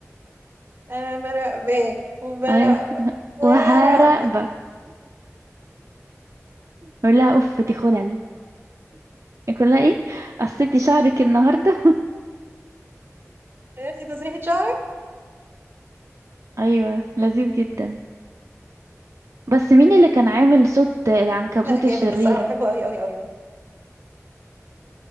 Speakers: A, on the right; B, on the right.
A: انا براقبك وبراقبك
B: ايوه
A: وهراقبك
B: وهراقبك بقول لها اوف دي خلل يقول لها ايه قصيتي شعرك النهاردة
A: عرفتي تسريحة شعرك
B: <laughs> ايوه لذيذ جدا بس مين اللي كان عامل صوت العنكبوت
A: لا جامد
B: الشرير
A: الصراحه بحبه قوي قوي قوي يعني